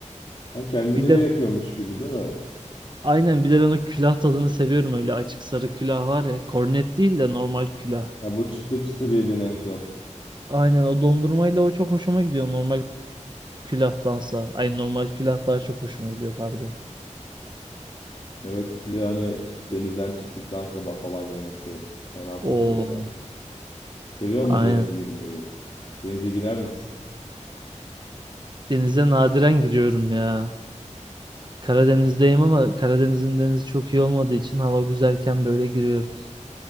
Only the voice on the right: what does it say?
Bir de
aynen bir de ben o külah tadını seviyorum öyle açık sarı külah var ya. Kornet değil de normal külah.
Aynen o dondurmayla o çok hoşuma gidiyor normal külahtansa. Ay normal külah daha çok hoşuma gidiyor pardon.
Oo
aynen.
Denize nadiren giriyorum ya. Karadeniz'deyim ama Karadeniz'in denizi çok iyi olmadığı için hava güzelken böyle giriyoruz.